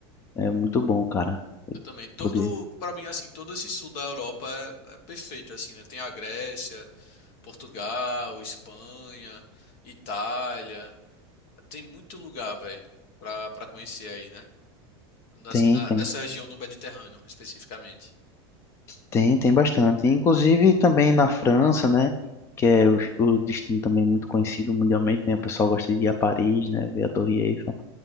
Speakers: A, on the left; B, on the left.
A: É muito bom, cara,
B: Eu também. Todo,
A: poder.
B: para mim, assim, todo esse sul da Europa é, é perfeito, assim, né? Tem a Grécia, Portugal, Espanha, Itália. Tem muito lugar, velho, pra, pra conhecer aí, né? Assim,
A: Tem,
B: na-
A: tem,
B: nessa região do Mediterrâneo, especificamente.
A: tem, tem bastante. Inclusive também na França, né? Que é o, o destino também muito conhecido mundialmente, né? O pessoal gosta de ir a Paris, né? Ver a Torre Eiffel.